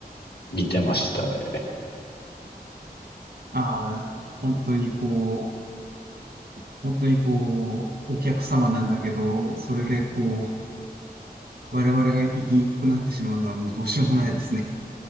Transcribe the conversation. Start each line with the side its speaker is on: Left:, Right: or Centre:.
Left: 見てましたね。
Right: ああ、本当にこう、本当にこう、お客様なんだけど、それでこう、我々が生きにくくなってしまうのはもうどうしようもないですね。